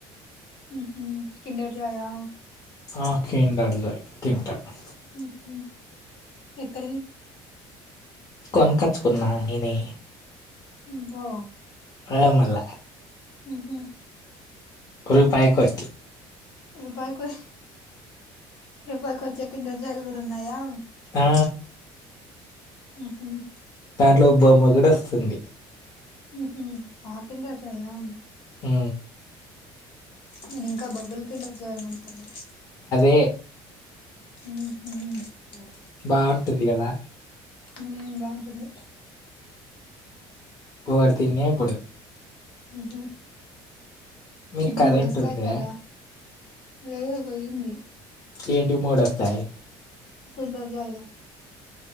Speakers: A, on the left; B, on the left.
A: మ్మ్ఉహ్మ్ కిండర్ జాయా
B: ఆ కిండర్ జాయ్ తింటనా
A: మ్మ్ఉహ్మ్ ఎక్కడివి
B: కొనక్కచ్చుకున్నా నేనే
A: ఉమ్మ్ ఓ
B: హ మల్ల
A: మ్మ్ఉహ్మ్
B: రూపాయి కొట్టి
A: రూపాయికి రూపాయికి ఒచ్చే కిండర్ జాయ్లు కూడా ఉన్నాయా
B: ఆ
A: మ్మ్ఉహ్మ్
B: దాంట్లో బొమ్మ కూడా ఒస్తుంది
A: ఉహు ఆకిండటయా
B: ఆ
A: నేను ఇంకా బబుల్ కిలర్జీ చేయమనుకున్నాను
B: ఏ
A: ఉహూ
B: ఊ బావుంటుంది గదా
A: ఉమ్ బావుంటుంది
B: గోడు తిన్నే ఇప్పుడు
A: ఉహుం
B: మీకు
A: ఎన్ని
B: కరెంట్
A: మూడు వస్తాయి
B: ఉందే
A: కదా లేదు పోయింది
B: ఏంటి మోడొస్తాయి
A: కిండర్ జాయ్‌లో